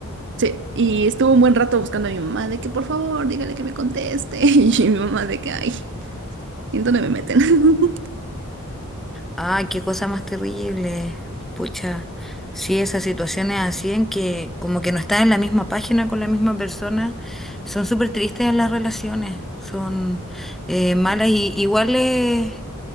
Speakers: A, on the right (about 55°); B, in the centre.
A: Sí, y estuve un buen rato buscando a mi mamá de que por favor, dígale que me conteste. <laughs> Y mi mamá de que, ay, ¿en dónde me meten? <laughs>
B: Ah, qué cosa más terrible. Pucha, sí, esas situaciones así en que como que no estás en la misma página con la misma persona, son súper tristes en las relaciones, son eh, malas y iguales